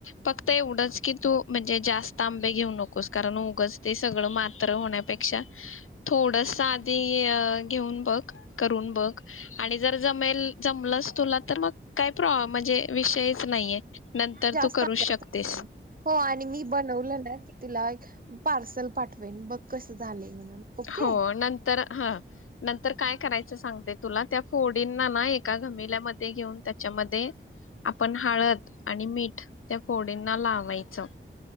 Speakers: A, on the left (about 85°); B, on the right (about 45°).
A: फक्त एवढंच की तू म्हणजे जास्त आं लई घेऊ नकोस. कारण उगच ते सगळ मात्रं होण्यापेक्षा, थोडंसं आधी घेऊन बघ करून बघ. आणि जर जमेल जमलस तुला तर मग काय प्राॅ म्हजे विषयच नाहीये, नंतर
B: जास्त
A: तू करू
B: आंब्याच
A: शकतेस.
B: हो आणि मी बनवलं ना की तुला एक पार्सल पाठवेन, बघ कस झालंय म्हणून. ओके
A: हो, नंतर हां, नंतर काय करायचं सांगते तुला, त्या फोडींना ना एका घमिल्यामध्ये घेऊन त्याच्यामध्ये आपण हळद आणि मीठ त्या फोडींना लावायचं.